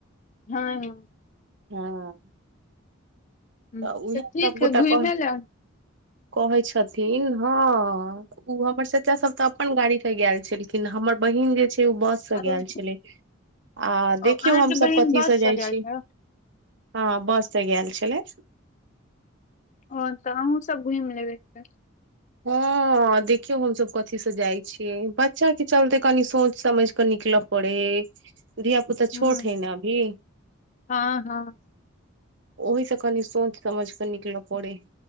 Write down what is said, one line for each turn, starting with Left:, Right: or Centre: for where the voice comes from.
Left: हँ हँ
Right: हं
Left: ह
Right: तऽ उएह
Left: ठीक
Right: सब गोटा
Left: है घुमे
Right: कहै
Left: ले
Right: कहै छथिन हँ ओ हमर चाचा सब तऽ अपन गाड़ी के गेल छलखिन हमर बहिन जे छै ओ बस से
Left: आरो
Right: गेल छलै आ देखियौ
Left: अहाँके
Right: हमसभ
Left: बहिन
Right: कथीसँ
Left: बस से
Right: जाइ
Left: गेल
Right: छी
Left: छल
Right: हँ बस सऽ गेल छलै
Left: ओ तऽ अहुँ सब घुम लेबै तऽ
Right: हँ देखियौ हमसभ कथीसँ जाइ छियै बच्चा के चलते कनि सोचि समझ कऽ निकलब पढ़ै है धिया पुता
Left: ह
Right: छोट है ने अभी
Left: हँ हँ
Right: ओहि से कनी सोच समझ कऽ निकलऽ पड़ै है